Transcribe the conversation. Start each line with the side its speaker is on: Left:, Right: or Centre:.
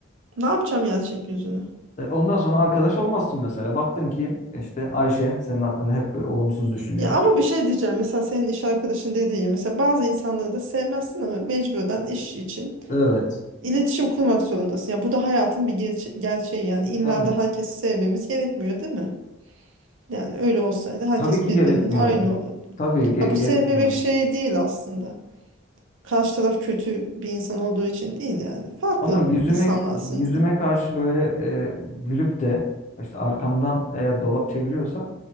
Right: Ne yapacağım gerçek yüzünü?
Left: E, Ondan sonra arkadaş olmazsın mesela. Baktın ki işte Ayşe senin hakkında hep böyle olumsuz düşünüyor.
Right: Ya ama bir şey diyeceğim. Mesela senin iş arkadaşın dediği gibi. Mesela bazı insanları da sevmezsin ama mecburen iş için
Left: Evet.
Right: iletişim kurmak zorundasın. Ya bu da hayatın bir gerçe- gerçeği yani. İlla
Left: Tabii.
Right: da herkesi sevmemiz gerekmiyor değil mi? Yani öyle olsaydı herkes
Left: Tabii ki
Right: birbirinin
Left: gerekmiyor.
Right: aynı olurdu.
Left: Tabii ge-
Right: Ha, bu
Left: gerekmiyor.
Right: sevmemek şey değil aslında. Karşı taraf kötü bir insan olduğu için değil yani. Farklı
Left: Ama yüzüme
Right: insanlarsınız
Left: yüzüme
Right: da.
Left: karşı böyle e, gülüp de işte arkamdan eğer dolap çeviriyorsa